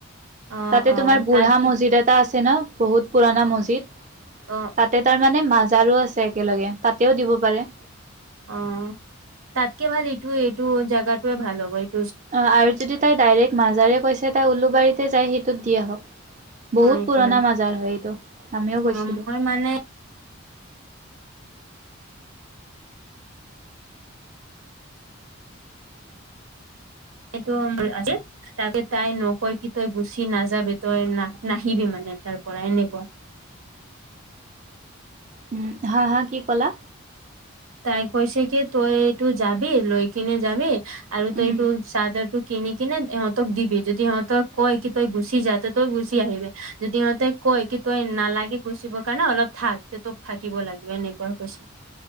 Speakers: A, on the right; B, on the right.
A: অ
B: তাতে
A: অ
B: তোমাৰ বুঢ়া
A: তাতকে
B: মছজিদ এটা আছে ন। বহুত পুৰণা
A: অ
B: মজিদ
A: অ
B: তাতে তাৰমানানে মাজাৰো আছে একেলগে তাতেও দিব পাৰে।
A: অ তাতকে ভাল এইটোৱে এইটো জোগাটোৱে ভাল হ'ব এইট-
B: অ আৰু যদি তাই ডাইৰেক্ট মাজাৰে কৈছে তাই উলুবাৰীতে যাই সেইটোত দি আহক। বহুত
A: অ এইটোয়ে
B: পুৰণা মাজাৰ হয় এইটো আমিও
A: অ
B: গৈছিলো।
A: মই মানে এইটো হম বুলি আজি। তাকে তাই নকয় কি তই গুচি নাযাবি তই না নাহিবি মানে তাৰ পৰা এনেকুৱা
B: উম হা হা কি ক'লা?
A: তাই কৈছে কি তই এইটো যাবি লৈ কিনে যাবি আৰু তই
B: উম
A: এইটো চাদৰ টো কিনি কিনে ইহঁতক দিবি যদি সিহঁতক কয় কি তই গুচি যা তই গুচি আহিবি। যদি সিহঁতেই কয় কি তই নালাগে গুচিব কাৰণে অলপ থাক তে তোক থাকিব লাগিব এনেকুৱা কৈছ-